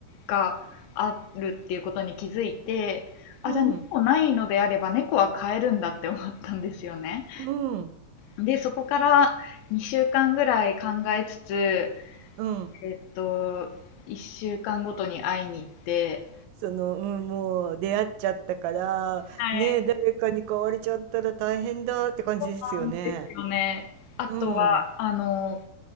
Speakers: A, on the left (about 85°); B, on the right (about 85°).
A: ーがあるっていうことに気づいて、あ、
B: うん。
A: じゃあ猫ないのであれば猫は飼えるんだって思ったんですよね。
B: うん。
A: で、そこから2週間ぐらい考えつつ、
B: うん。
A: えっと、1週間ごとに会いに行って、
B: その、うん、もう出会っちゃったから、
A: はい、
B: ねえ、誰かに買われちゃったら大変だって感じですよね。
A: なんですよね。あとは、
B: うん。
A: あの、